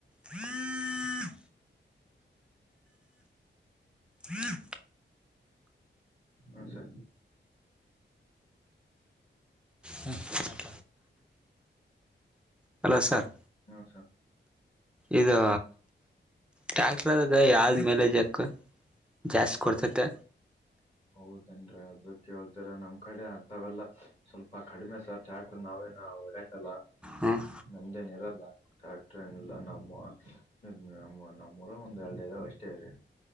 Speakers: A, in the centre; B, on the left.
A: ಹ್ಮ ಹ್ಮ್
B: ಅ ಸಾ
A: ಹ್ಮ ಮಟ ಹಲೋ ಸರ್
B: ಹ ಹಾ
A: ಇದು ಟ್ಯಾಕ್ಟರ್ಾಗ ಯಾದ ಮೇಲೆ ಜಕ್ ಜಾಸ್ತಿ ಕೊಡ್ತತೆ
B: ಹೌದೇನ್ರಿೀ ಅದು ಕೇಳ್ತರ ನಮ್ ಕಡೆ ಅರ್ಥವಲ್ಲ ಸ್ವಲ್ಪ ಕಡಿಮೆ ಸರ್ ಥ್ಯಾಟ್ರ ನಾವೇನ ಹೊಡ್ಯಕಲ್ಲ
A: ಹ್ಮ್
B: ನಮ್ದೇನ್ ಇರಲ್ಲ ಟ್ಯಾಕ್ಟ್ರ ನಲ್ಲ ನಮ್ಮ ನಮ್ಮ ನಮ್ಮೂಊರ ಒಂದ್ ಎರಡೈದಾಗ್ ಅಷ್ಟೇ ಇ್ರ